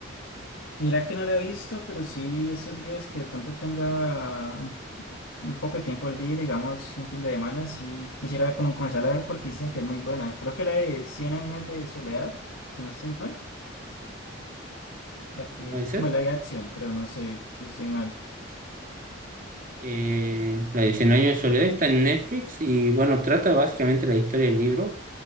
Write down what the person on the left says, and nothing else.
Mira que no la he visto, pero sí esos días que de pronto tenga un un poco de tiempo libre, digamos, un fin de semana, sí quisiera como comenzar a ver porque dicen que es muy buena. Creo que la de cien años de soledad, si no estoy mal, la que
es como la de acción, creo, no sé si estoy mal.